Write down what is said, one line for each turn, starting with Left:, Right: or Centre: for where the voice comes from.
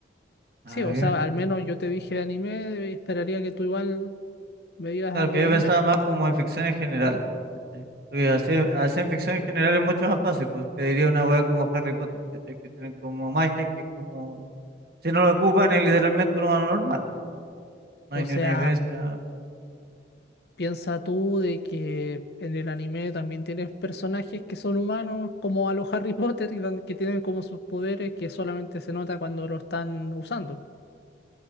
Right: a
Left: Sí, o
Right: ver.
Left: sea, al menos yo te dije de anime, esperaría que tú igual me digas
Right: Claro,
Left: algo
Right: que
Left: de
Right: yo
Left: anime.
Right: pensaba más como en ficción en general. ¿cachai? Porque así, así en ficción en general es mucho más fácil, porque diría una hueá como Harry Potter, ¿cachai? Que tienen como magia, que es como... Si no la ocupan es literalmente un humano normal. No
Left: O
Right: hay ni
Left: sea,
Right: una diferencia
Left: Piensa tú de que en el anime también tienes personajes que son humanos, como a los Harry <laughs> Potter, que tan- que tienen como sus poderes que solamente se nota cuando lo están usando.